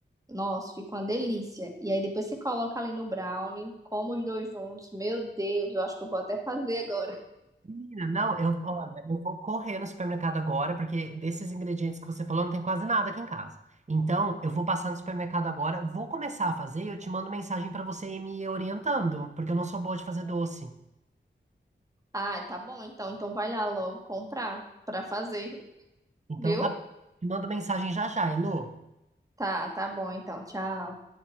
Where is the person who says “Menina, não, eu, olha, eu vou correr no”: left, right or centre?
Right